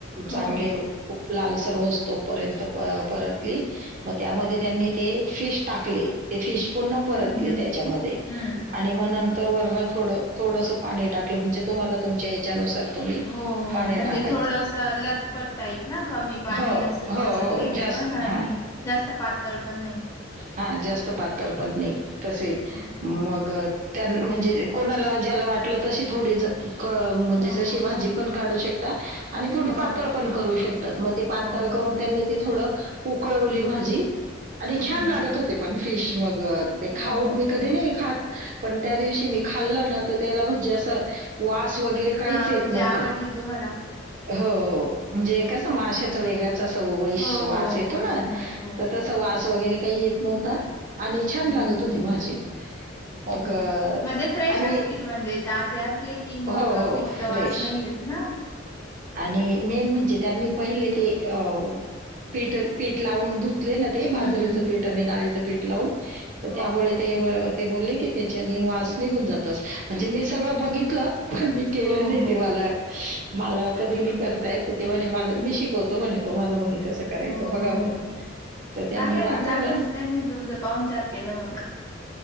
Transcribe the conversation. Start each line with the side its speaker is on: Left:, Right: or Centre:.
Right: चांगले
Left: हो
Right: खूप लालसर होस्तोपर्यंत परतली, मग त्यामध्ये त्यांनी ते फिश टाकले. ते फिश पुन्हा परतली
Left: हम्म हम्म
Right: त्याच्यामध्ये.
Left: हम्म.
Right: आणि मग नंतर वरनं थोडं थोडंसं पाणी टाकलं म्हणजे तुम्हाला तुमच्या याच्यानुसार तुम्ही
Left: हो
Right: पाणी
Left: म्हणजे
Right: टाकायचं
Left: थोडंस लथपत टाईप ना, कमी पाणी
Right: हो
Left: असं थोडस
Right: हो हो
Left: ग्रेवी
Right: जास्त
Left: पण आणि
Right: हा
Left: जास्त पातळ पण नाही.
Right: हा जास्त पातळ पण नई तसे
Left: हम्म, हम्म.
Right: मग म्हणजे कोणाला ज्याला वाटलं तशी थोडी ज क म्हणजे
Left: हो
Right: तशी
Left: हो
Right: भाजी पण काढू शक ताय आणि थोडी
Left: हो
Right: पातळ पण करू शकतात, मग ते
Left: हो
Right: पातळ
Left: बरोबर
Right: करून त्यांनी ते थोडं उकळवली भाजी आणि छान
Left: हम्म.
Right: लागत होते पण फिश मग ते खाऊ
Left: हो हो
Right: मी कधी
Left: हो
Right: नाही खात, पण त्यादिवशी मी खाल्ला ना, मी त्याला म्हणजे अस वास वास वगैरे काहीच
Left: हा
Right: येत
Left: म्हणजे
Right: नव्हता.
Left: आवडली तुम्हाला
Right: हो, हो. म्हणजे कसं
Left: हम्म.
Right: माशाचा वेगळ्याच अस वै
Left: हो
Right: वास
Left: हो
Right: येतो
Left: हो
Right: ना
Left: हो हो
Right: तर तस वास वगैरे काही येत नव्हता आणि
Left: हम्म
Right: छान लागत
Left: हम्म
Right: होती
Left: हम्म
Right: भाजी. मग
Left: हो. मग ते फ्रेश
Right: आणि
Left: असतील म्हणजे ताजे असले की
Right: हो,
Left: मग
Right: हो,
Left: फिशचा
Right: फ्रेश
Left: वास नाही येत ना.
Right: आणि मेन म्हणजे त्यांनी पहिले ते अ पिठ पि लावून धुतले ना ते, बाजरीचं
Left: हम्म हम्म
Right: पीठ आणि डाळीचं पीठ लावून, तर
Left: हो
Right: त्यामुळे ते ते बोलले की त्याच्यानी वास निघून जात असं म्हणजे मी सगळं बघितलं. पण मी केलं
Left: हो
Right: नाही.
Left: हो
Right: ते मला मला कधी नाही करता येत, ते म्हणे मला मी शिकवतो म्हणे तुम्हाला म्हणे. तसं करायचं
Left: हो.
Right: बघा म्हणे. तर त्यांनी
Left: चांगलंय
Right: दाखवलं
Left: मग चांगलंच
Right: ना
Left: त्यांनी तुमचं पाहुणचार केलं मग